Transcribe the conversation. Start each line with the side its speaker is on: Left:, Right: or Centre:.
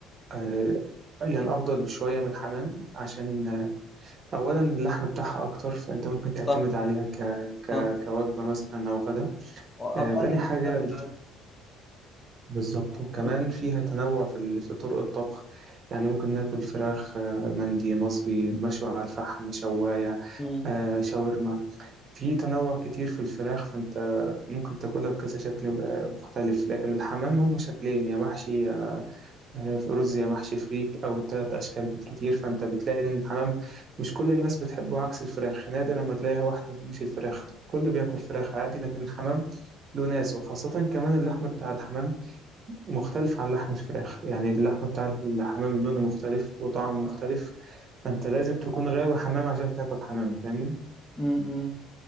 Right: آه، يعني أفضل بشوية من الحمام عشان أولا اللحم بتاعها أكتر فأنت ممكن تعتمد
Left: صح
Right: عليها ك... ك...
Left: صح
Right: كوجبة مثلا أو غدا
Left: واقل
Right: آه، تاني حاجة
Left: سعر بعد
Right: بالظبط وكمان
Left: مم.
Right: فيها تنوع في, ال... في طرق الطبخ يعني ممكن ناكل فراخ آه، مندي مصبي مشوي على الفحم شواية
Left: مم.
Right: آه، شاورما في تنوع كتير في الفراخ فأنت ممكن تاكلها بكذا شكل آه، مختلف لكن الحمام هم شكلين يا محشي آه، في رز يا محشي فريك أو تلات أشكال بالكتير فأنت بتلاقي إن الحمام مش كل الناس بتحبه عكس الفراخ نادرا ما تلاقي واحد ما بتحبش الفراخ كله بياكل فراخ عادي لكن الحمام له ناس وخاصة كمان اللحم بتاع الحمام مختلف عن لحم الفراخ يعني اللحم بتاع الحمام لونه مختلف وطعمه مختلف
Left: صح.
Right: فأنت لازم تكون غاوي حمام عشان تاكل حمام فاهمني؟
Left: امم